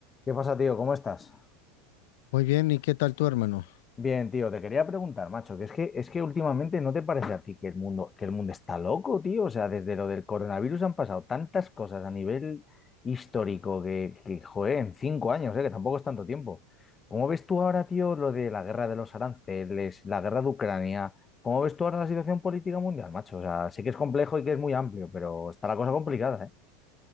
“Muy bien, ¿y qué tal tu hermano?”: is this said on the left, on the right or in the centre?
Left